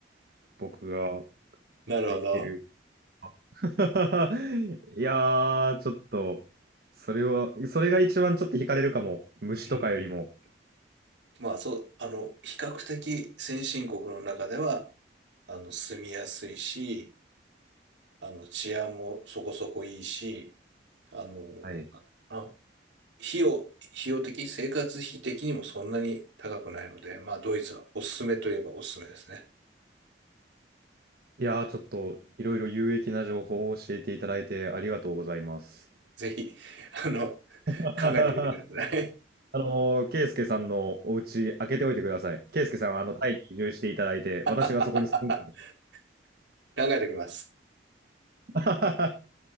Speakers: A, on the right (about 55°); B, on the right (about 75°).
A: 僕が
B: なるほど。
A: 生きていける。<laughs> いやー、ちょっと、それは、それが一番ちょっと惹かれるかも。虫とかよりも。
B: うん。まあ、そう、あの、比較的先進国の中では、あの、住みやすいし、あの、治安もそこそこいいし、あの、なんだろうな
A: はい。
B: 費用、費用的、生活費的にもそんなに高くないので、まあ、ドイツはおすすめといえばおすすめですね。
A: いやー、ちょっと、いろいろ有益な情報を教えていただいてありがとうございます。
B: ぜひ、あの、
A: <laughs>
B: 考えてみてください。
A: あのー、ケイスケさんのお家開けておいてください。ケイスケさんはあのタイに移住していただいて、
B: <laughs>
A: 私がそこに住んで。
B: 考えておきます。
A: <laughs>